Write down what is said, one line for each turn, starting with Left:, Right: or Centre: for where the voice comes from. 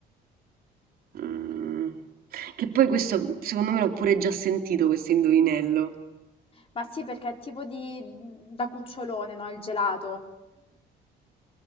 Right: Mm. Che poi questo, secondo me, l'ho pure già sentito questo indovinello.
Left: Ma sì, perché è tipo di... da cucciolone, no? Il gelato.